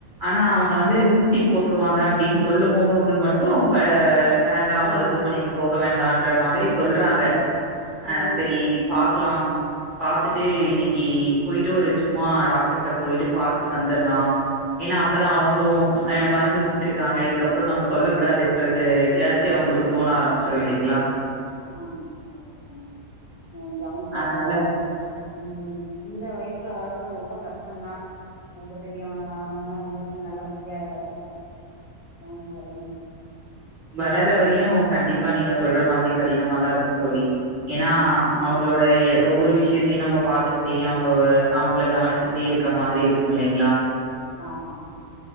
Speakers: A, on the right; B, on the left.
A: ஆனா அவங்க
B: ம்
A: வந்து ஊசி போட் ட்ருவாங்க அப்டின் சொல்லும் போகோது மட்டு ப வேண்டா
B: ம்
A: மருத்துவமனைக்கு போக வேண் டான்ற மாதிரி சொல்றாங்க
B: ம்
A: ஆ சரி பாக் க்லாம் பாத்துட்டு இன்னைக்கு போயிட்டு ஒரு சும்மா டாக்டர்ட்ட போயிட்டு பாத்துட்டு வந்தர்லா ஏனா
B: ம்
A: அப்பதா அவங்களு அ மருந்து குடுத்திருக்காங்க இதுக்கப்றோ நம்ம சொல்ல கூடாதுன்றது எதாச்சி அவங்களுக்கு தோண ஆரம்பிச்சிரு இல்லைங்ளா
B: ஆமா கரெக்ட்டுதாங்க அ கவுன்ச்சு
A: அதனால
B: வளங்க ம் ம் இந்த வயசுல வளக் க்குற ரொம்ப கஷ்டொந்தா கொஞ்சொ பெரியவனா ஆனோன உங்களுக்கும் நல்லா ஃப்ரீயா இருக்கு கவன்சு வளக்கனு
A: வளர்ர வரையு கண்டிப்பா நீங்க சொல்ற மாதிரி கடினமாதா இருக்கும் தோழி ஏனா
B: ம்
A: அவங்களோட ஏ ஒவ்வொரு விஷயத்தையு நம்ம பாத்துக்குட்டே அவங்க அவங்கள கவனிச்சுக்கிட்டே இருக்க மாதிரி இருக்கு இல்லைங்ளா
B: ஆமாமா